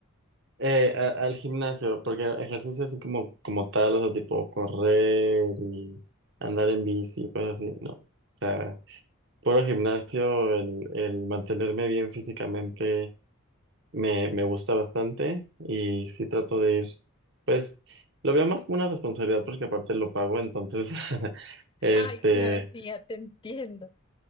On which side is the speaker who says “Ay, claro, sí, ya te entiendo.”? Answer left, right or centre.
Left